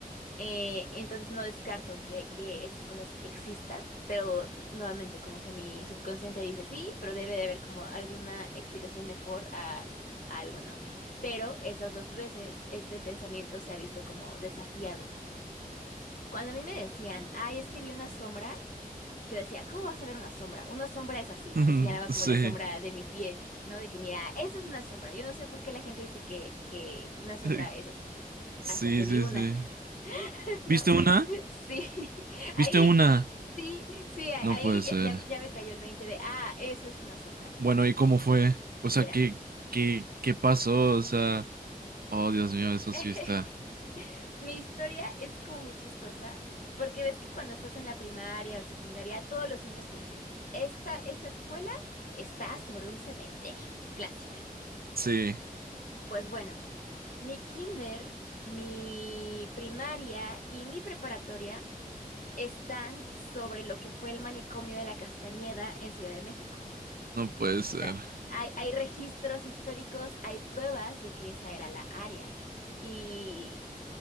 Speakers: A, on the left; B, on the right.
A: Eh, entonces no descarto que, que esas cosas existan, pero nuevamente como que mi subconsciente dice sí, pero debe de haber como alguna explicación mejor a, a algo, ¿no? Pero esas dos veces este pensamiento se ha visto como desafiado. Cuando a mí me decían, ay, es que vi una sombra, yo decía, ¿cómo vas a ver una sombra? Una sombra es así,
B: <laughs>
A: ¿no? Y señalaba como
B: Sí.
A: la sombra de mi pie, ¿no? De que, mira, eso es una sombra. Yo no sé por qué la gente dice que, que una sombra
B: Eh,
A: es así.
B: Sí,
A: Hasta que vi
B: sí,
A: una,
B: sí.
A: <laughs> ¿no?
B: ¿Viste una?
A: Sí, <laughs> ahí,
B: ¿Viste una?
A: sí, sí, a-
B: No
A: ahí
B: puede ser.
A: ya, ya- ya me cayó el 20 de, ah, eso es una sombra.
B: Bueno, ¿y cómo fue? O sea,
A: Mira,
B: ¿qué, qué, qué pasó? O sea, oh, Dios mío, eso
A: <laughs>
B: sí está.
A: mi historia es como muy chistosa, porque ves que cuando estás en la primaria o secundaria, todos los niños te dicen, esta, esta escuela está sobre un cementerio, clásica.
B: Sí,
A: Pues bueno. Mi kinder, mi primaria y mi preparatoria están sobre lo que fue el manicomio de la Castañeda en Ciudad de México.
B: no puede ser.
A: O sea, hay, hay registros históricos, hay pruebas de que esa era la área. Y